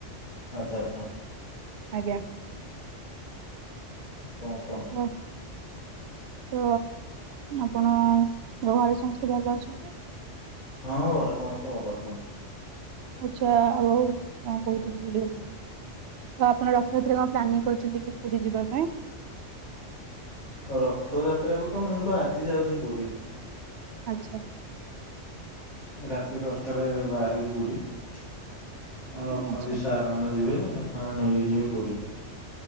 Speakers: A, on the left (about 70°); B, on the right (about 60°).
A: ଆଚ୍ଛା, ଆଚ୍ଛା।
B: ଆଜ୍ଞା।
A: କଣ କୁହ?
B: ହଁ। ତ ଆପଣ ଘରେ ସମସ୍ତେ ଭଲ ଅଛନ୍ତି?
A: ହଁ ଘରେ ସମସ୍ତେ ଭଲ ଅଛନ୍ତି।
B: ଆଚ୍ଛା ଆଉ କଣ କହୁଥିଲି ଭୁଲିଗଲି। ତ ଆପଣ ରଥଯାତ୍ରାରେ କଣ ପ୍ଲାନିଂ କରୁଛନ୍ତି କି ପୁରୀ ଯିବା ପାଇଁ?
A: ରଥଯାତ୍ରା କୁ ତ ମୁଁ ତ ଆଜି ଯାଉଛି ପୁରୀ।
B: ଆଚ୍ଛା।
A: ରାତି ଦଶଟାରେ ବାହାରିବି ପୁରୀ ଆମର ଅଛନ୍ତି
B: ଆଚ୍ଛା।
A: ସାର୍। ସେମାନେ ଯିବେ ତାଙ୍କୁ ନେଇକି ଯିବି ପୁରୀ।